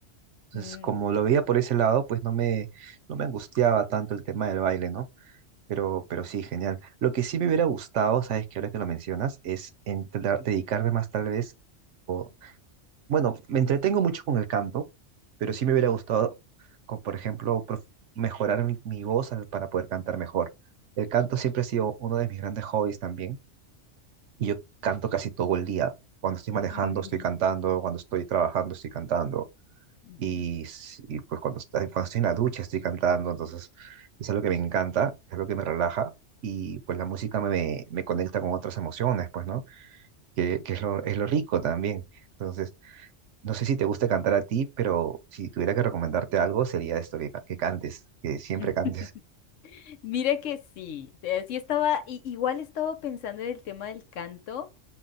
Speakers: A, on the right (about 75°); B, on the left (about 85°).
A: Entonces,
B: Mm,
A: como lo veía por ese lado, pues no me, no me angustiaba tanto el tema del baile, ¿no? Pero, pero sí, genial. Lo que sí me hubiera gustado, sabes que ahora que lo mencionas, es entrar- dedicarme más tal vez, o, bueno, me entretengo mucho con el canto, pero
B: ujú.
A: sí me hubiera gustado, con, por ejemplo, prof- mejorar mi, mi voz al- para poder cantar mejor. El canto siempre ha sido uno de mis grandes hobbies también, y yo canto casi todo el día. Cuando estoy
B: <laughs>
A: manejando, estoy cantando, cuando estoy trabajando, estoy cantando.
B: Ujú.
A: Y, s- y, pues cuando, está- cuando estoy en la ducha estoy cantando, entonces es algo que me encanta, es algo que me relaja y pues la música me, me conecta con otras emociones, pues, ¿no? Que, que es lo, es lo rico también. Entonces, no sé si te gusta cantar a ti, pero si tuviera que recomendarte algo sería esto, que, ca- que cantes, que siempre
B: <laughs>
A: cantes.
B: Mira que sí, eh, sí estaba, i- igual estaba pensando en el tema del canto,